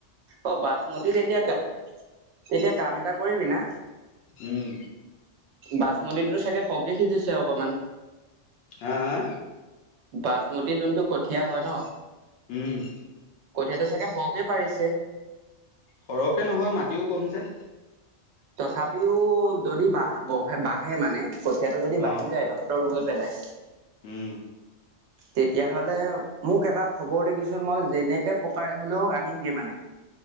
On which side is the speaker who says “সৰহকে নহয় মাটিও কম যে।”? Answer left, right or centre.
Left